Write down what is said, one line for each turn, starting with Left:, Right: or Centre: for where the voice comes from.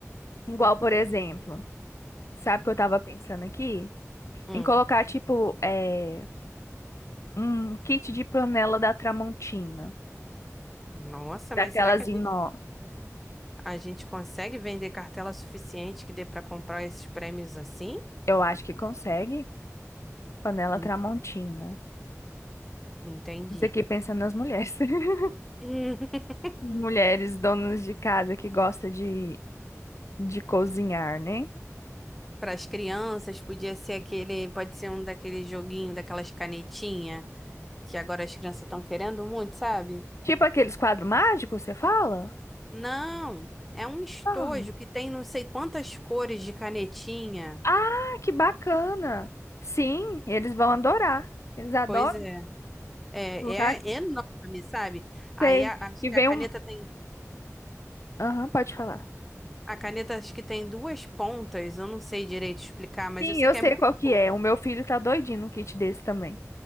Left: Igual, por exemplo, sabe o que eu tava pensando aqui?
Centre: Hum.
Left: Em colocar, tipo, é, um kit de panela da Tramontina.
Centre: Nossa,
Left: Daquelas
Centre: mas será que a gente
Left: em nó.
Centre: A gente consegue vender cartela suficiente que dê para comprar esses prêmios assim?
Left: Eu acho que consegue. Panela
Centre: Hum,
Left: Tramontina.
Centre: Entendi.
Left: Isso aqui pensando nas mulheres. <laughs>
Centre: <laughs>
Left: As mulheres donas de casa que gostam de, de cozinhar, né?
Centre: Para as crianças, podia ser aquele, pode ser um daquele joguinho, daquelas canetinhas que agora as crianças estão querendo muito, sabe?
Left: Tipo aqueles quadros mágicos, você fala?
Centre: Não, é um estojo
Left: Ah,
Centre: que tem não sei quantas cores de canetinha.
Left: Ah, que bacana! Sim, eles vão adorar. Eles adoram
Centre: Pois é, é,
Left: colocar.
Centre: é enorme, sabe? Aí
Left: Sei.
Centre: a- acho
Left: E
Centre: que
Left: vem
Centre: a caneta
Left: um.
Centre: tem,
Left: Aham, pode falar.
Centre: a caneta acho que tem duas pontas, eu não sei direito explicar, mas
Left: Sim,
Centre: eu sei
Left: eu
Centre: que
Left: sei
Centre: é muito
Left: qual que é. O meu filho tá doidinho num kit desse também.